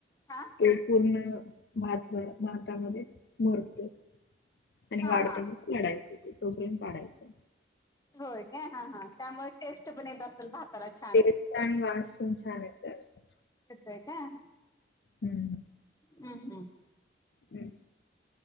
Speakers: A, on the left; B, on the left.
A: हा.
B: तो पूर्ण भात भातामध्ये मुरतोय. आणि
A: हा
B: वाढत
A: हा
B: वाढायचं हो सोप पाडायचं.
A: होय काय? हा हा त्यामुळे टेस्ट पण येत असलं भा करा छान
B: टेस्ट आणि वास पण छान येतात
A: येतय काय?
B: हम्म. हम्म.
A: हम्. हम्.
B: हम्म.